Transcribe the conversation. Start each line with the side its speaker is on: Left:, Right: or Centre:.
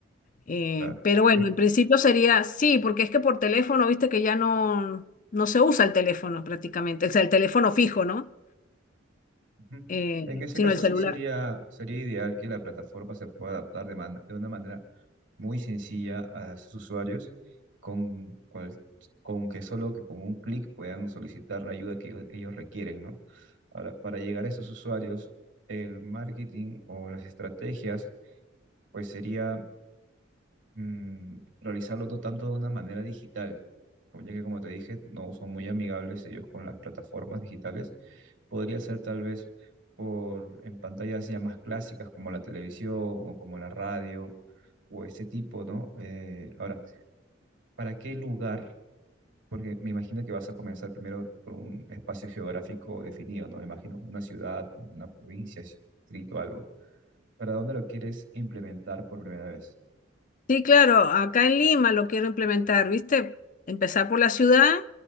Left: Eh,
Right: Claro.
Left: pero bueno,
Right: Eh,
Left: en principio sería, sí, porque es que por teléfono, viste que ya no, no se usa el teléfono prácticamente, o sea, el teléfono fijo, ¿no?
Right: ujú.
Left: Eh,
Right: En ese
Left: sino
Right: caso
Left: el
Right: sí
Left: celular.
Right: sería, sería ideal que la plataforma se pueda adaptar de, man- de una manera muy sencilla a sus usuarios, con, cual- con que solo que con un clic puedan solicitar la ayuda que ellos requieren, ¿no? Ahora, para llegar a estos usuarios, el marketing o las estrategias, pues sería mm, realizarlo no tanto de una manera digital, como- ya que como te dije, no son muy amigables ellos con las plataformas digitales. Podría ser tal vez por en pantallas ya más clásicas como la televisión o como la radio o ese tipo, ¿no? Eh, ahora, ¿para qué lugar? Porque me imagino que vas a comenzar primero por un espacio geográfico definido, ¿no? Me imagino una ciudad, una provincia, distrito, algo. ¿Para dónde lo quieres implementar por primera vez?
Left: Sí, claro, acá en Lima lo quiero implementar, ¿viste? Empezar por la ciudad